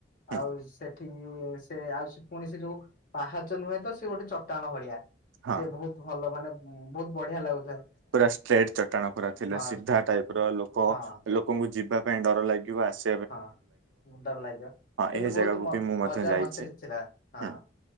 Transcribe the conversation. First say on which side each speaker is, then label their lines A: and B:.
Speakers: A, on the right; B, on the left.
A: ହୁଁ
B: ଆଉ ସେଠିକି, ସେ ଆଉ ସେ ପୁଣି ସେ ଯୋଉ ପାହାଚ ନୁହେଁ ତ ସେ ଗୋଟେ ଚଟାଣ ଭଳିଆ,
A: ହଁ
B: ସିଏ ବହୁତ ଭଲ ମାନେ ବହୁତ ବଢିଆ ଲାଗୁ
A: ପୁରା ଷ୍ଟ୍ରେଟ୍ ଚଟାଣ ପୁରା ଥିଲା
B: ହଁ
A: ସିଧା ଟାଇପ ର ଲୋକ
B: ହଁ।
A: ଲୋକଙ୍କୁ ଯିବା ପାଇଁ ଡର ଲାଗିବ ଆସି
B: ହଁ ଡର ଲାଗିବ, କିନ୍ତୁ
A: ଏହି
B: ବହୁତ
A: ଜାଗାକୁ
B: ମ୍
A: ବି ମୁଁ ମଧ୍ୟ
B: ମଜା
A: ଯାଇଛି
B: ମସ୍ତିରେ ଥିଲା ହଁ।
A: ହୁଁ